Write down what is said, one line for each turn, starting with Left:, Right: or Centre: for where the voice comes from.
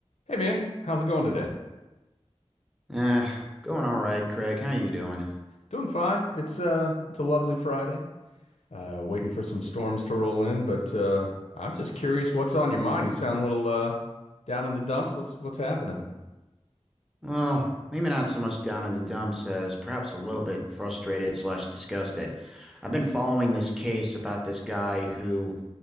Left: Hey man, how's it going today?
Centre: Eh, going all right, Craig. How you doing?
Left: Doing fine. It's uh it's a lovely Friday. Uh waiting for some storms to roll in, but uh I'm just curious what's on your mind. You sound a little uh down in the dumps. What's what's happening?
Centre: Well, maybe not so much down in the dumps as perhaps a little bit frustrated slash disgusted. I've been following this case about this guy who